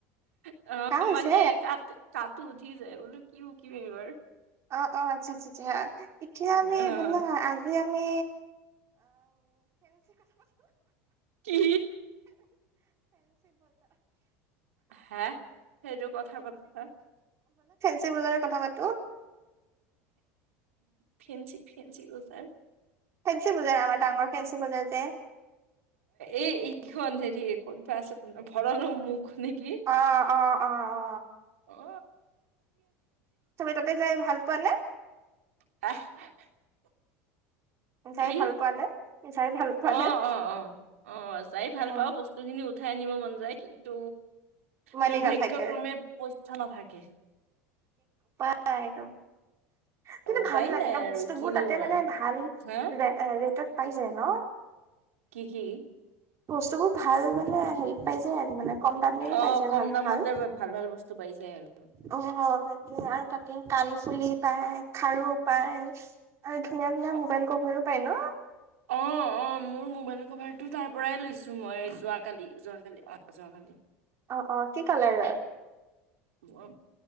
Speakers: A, on the right (about 85°); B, on the right (about 40°).
A: অ',
B: কাহ হৈছে
A: মানে ক কাঁহ উঠি যায় বোলো কি <unintelligible> বাৰ
B: অ', অ', আচ্ছা, আচ্ছা আচ এতিয়া
A: অ
B: আমি বল এই আমি
A: কি হে সেইটো কথা পতা
B: <unintelligible> <unintelligible> <unintelligible>
A: ফেঞ্চিক ফেঞ্চি বজাৰ
B: ফেঞ্চি বজাৰ আমাৰ ডাঙৰ ফেঞ্চি বজাৰ যে
A: এই এইখন হেৰি ক'ব আছে ভৰালৰ মুখ নেকি
B: অ অ অ অ
A: অ
B: তুমি তাতে যাই ভাল পোৱা নে
A: <unintelligible>
B: যাই
A: কি
B: ভাল পোৱা নে যাই ভাল পোৱা
A: অ
B: নে
A: অ অ অ যাই ভাল পাওঁ
B: অ
A: বস্তুখিনি উ উঠাই আনিব মন যায় কিন্তু
B: মানি
A: দুৰ্ভাগ্য
B: নাথাকে
A: ক্ৰমে পইচা নাথাকে
B: অ একদম কিন্তু
A: উপায়
B: ভাল লাগে
A: নাই
B: ন
A: আৰু
B: বস্তুবোৰ
A: কিনো
B: তাতে মানে
A: আৰু।
B: ভাল
A: হা
B: ৰেটত পাইজায় ন
A: কি কি
B: বস্তুবোৰ ভাল মানে হেৰিত পাই যায় আৰু মানে কম দামেও
A: অ',
B: পাই যায়
A: কম
B: ভাল
A: দামতে
B: ভাল
A: ভাল বস্তু পাই যায় আৰু
B: অ তাকে আৰু তাকতে কাণফুলি পায় খাৰু পায় আৰু ধুনীয়া ধুনীয়া
A: অ',
B: মোবাইল কবৰো পায় ন
A: অ', মোৰ মোবাইল কভাৰটো তাৰ পৰাই লৈছো মই যোৱাকালি যোৱাকালি অ যোৱাকালি
B: অ অ কি কালাৰ
A: অ